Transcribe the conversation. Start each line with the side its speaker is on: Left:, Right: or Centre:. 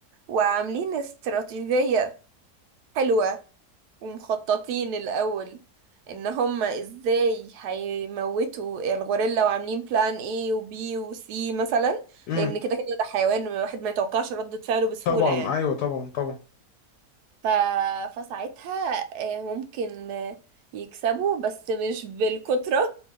Right: وعاملين استراتيجية حلوة ومخططين الأول إن هما إزاي هيموتوا الغوريلا وعاملين بلان A و B و C مثلا
Left: امم
Right: لأن كده كده ده حيوان الواحد ما يتوقعش ردة فعله بسهولة
Left: طبعا
Right: يعني
Left: ايوه طبعا طبعا
Right: ف... فساعتها آه، ممكن آه، يكسبوا بس مش بالكترة